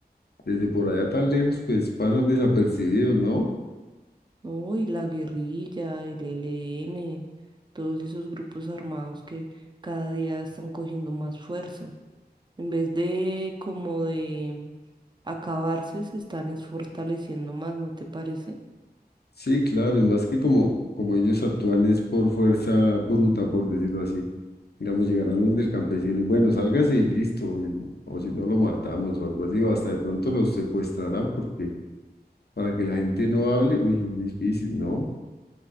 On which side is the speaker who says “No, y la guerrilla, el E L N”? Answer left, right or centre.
Right